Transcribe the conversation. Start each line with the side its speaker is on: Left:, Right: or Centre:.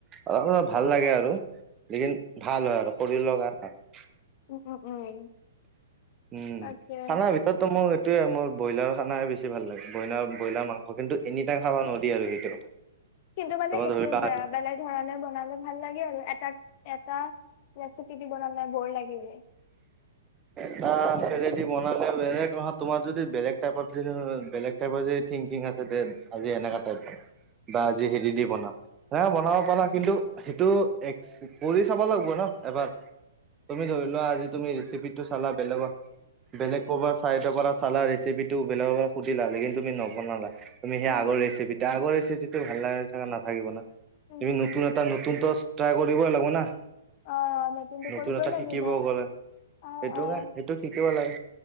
Right: অলপ অলপ ভাল লাগে আৰু। লেকিন ভাল হয় আৰু শৰীৰৰ কাৰণে ভাল
Left: উম উম উম
Right: উম
Left: তাকে
Right: খানাৰ ভিতৰতো মোৰ এইটোয়ে মোৰ ব্ৰইলাৰ খানাৰ বেছি ভাল লাগে। ব্ৰইনাৰ ব্ৰইলাৰ মাংস কিন্তু এনিটাইম খাব নোৱাৰিআৰু সেইটো।
Left: কিন্তু মানে
Right: তোমাৰ
Left: সেইটো
Right: ধৰি লোৱা
Left: বে বেলেগ ধৰণে বনালে ভাল লাগে আৰু এটাক এটা ৰেছিপিৰ দি বনালে ব'ৰ লাগি যায়।
Right: এটা বনালে বেলেগ তোমাৰ যদি বেলেগ টাইপ বেলেগ টাইপ যদি থিংকিং আছে দে আজি এনেকা টাইপ বনাম বা
Left: উম,
Right: আজি হেৰি দি বনাম। বনাব পাৰা কিন্তু সেইটো কৰি চাব লাগিব ন। এবাৰ তুমি ধৰি লোৱা আজি তুমি ৰেচিপিটো চালা বেলেগৰ বেলেগ ক'ৰবাত চাই থকা কৰা চালা ৰেচিপিটো বেলেগক পৰা সুধিল হলে কিন্তু তুমি নবনালা। তুমি সেই
Left: উম,
Right: আগৰ ৰেচিপি আগৰ ৰেচিপিটো ভাল লাগে চাগে নাথাকিব না।
Left: উম,
Right: তুমি
Left: উম।
Right: নতুন এটা নতুনতো ট্ৰাই কৰিবই লাগিব না।
Left: অ', নতুনটো
Right: নতুন
Left: কৰিব
Right: এটা
Left: লাগিব
Right: শিকিব গলে
Left: অ',
Right: সেইটো
Left: অ',
Right: নাই সেইটো শিকিব লাগে।